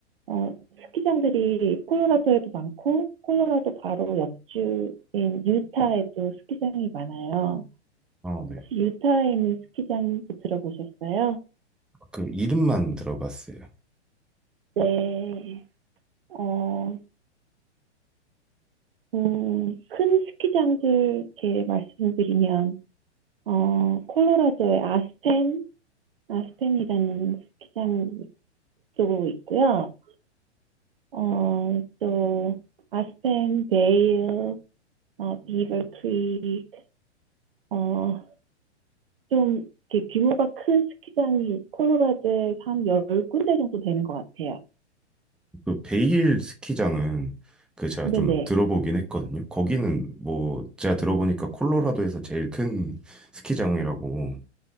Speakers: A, on the right (about 50°); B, in the centre.
A: 어, 스키장들이 콜로라도에도 많고 콜로라도 바로 옆주인 유타에도 스키장이 많아요.
B: 아, 네.
A: 혹시 유타에 있는 스키장도 들어보셨어요?
B: 그 이름만 들어봤어요.
A: 네. 어, 음, 큰 스키장들 이렇게 말씀드리면 어, 콜로라도의 아스펜, 아스펜이라는 스키장도 있고요. 어, 또 아스펜, 베일, 어, 비버 크릭 어, 좀 이렇게 규모가 큰 스키장이 콜로라도에서 한 열 군데 정도 되는 것 같아요.
B: 그 베일 스키장은 그 제가
A: 근데
B: 좀
A: 네.
B: 들어보긴 했거든요. 거기는 뭐 제가 들어보니까 콜로라도에서 제일 큰 스키장이라고